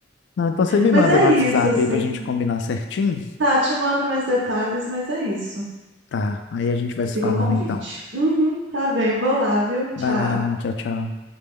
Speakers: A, on the left (about 60°); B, on the right (about 65°).
A: Não, então você me
B: Mas
A: manda
B: é
A: no
B: isso,
A: WhatsApp
B: assim.
A: aí pra gente combinar certinho?
B: Tá, te mando mais detalhes, mas é isso.
A: Tá, aí a gente vai se
B: Fica
A: falando
B: o convite.
A: então.
B: Uhum, tá bem, vou lá, viu? Tchau.
A: Vai lá, tchau, tchau.